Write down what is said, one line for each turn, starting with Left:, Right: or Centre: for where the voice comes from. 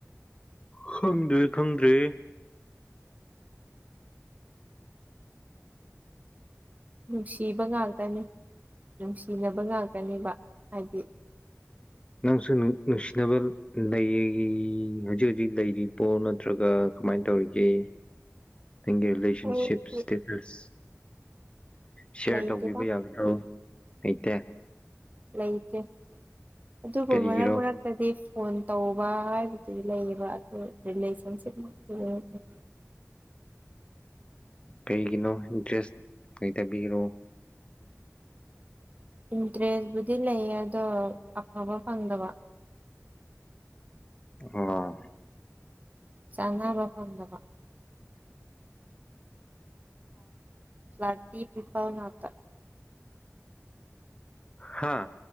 Left: ꯈꯪꯗ꯭ꯔꯦ ꯈꯪꯗ꯭ꯔꯦ
Right: ꯅꯨꯡꯁꯤꯕ ꯉꯥꯛꯇꯅꯤ ꯅꯨꯡꯁꯤꯅꯕ ꯉꯥꯛꯇꯅꯦꯕ ꯍꯥꯏꯗꯤ
Left: ꯅꯪꯁꯨ ꯅꯨꯡꯁꯤꯅꯕ ꯂꯩ ꯍꯧꯖꯤꯛ ꯍꯧꯖꯤꯛ ꯂꯩꯔꯤꯕꯣ ꯅꯠꯇ꯭ꯔꯒ ꯀꯃꯥꯏꯅ ꯇꯧꯔꯤꯒꯦ ꯅꯪꯒꯤ ꯔꯤꯂꯦꯁꯟꯁꯤꯞ
Right: ꯑꯩꯗꯤ
Left: ꯏꯁꯇꯦꯇꯁ ꯁꯤꯌꯥꯔ
Right: ꯂꯩꯇꯦꯗ
Left: ꯇꯧꯕꯤꯕ ꯌꯥꯒꯗ꯭ꯔꯣ ꯂꯩꯇꯦ
Right: ꯂꯩꯇꯦ ꯑꯗꯨꯕꯨ
Left: ꯀꯔꯤꯒꯤꯔꯣ
Right: ꯃꯔꯛ ꯃꯔꯛꯇꯗꯤ ꯐꯣꯟ ꯇꯧꯕ ꯍꯥꯏꯕꯗꯨꯗꯤ ꯂꯩꯌꯦꯕ ꯑꯗꯨ ꯔꯤꯂꯦꯁꯟꯁꯤꯞꯃꯛꯇꯤꯗ꯭ꯔꯦ
Left: ꯀꯔꯤꯒꯤꯅꯣ ꯏꯟꯇꯔꯦꯁ ꯂꯩꯇꯕꯤꯒꯤꯑꯣ
Right: ꯏꯟꯇꯔꯦꯁꯕꯨꯗꯤ ꯂꯩ ꯑꯗꯣ ꯑꯐꯕ ꯐꯪꯗꯕ
Left: ꯑꯥ
Right: ꯆꯥꯅꯕ ꯐꯪꯗꯕ ꯐ꯭ꯂꯗꯤ ꯄꯤꯄꯜ ꯅꯛꯇ
Left: ꯍꯥꯥ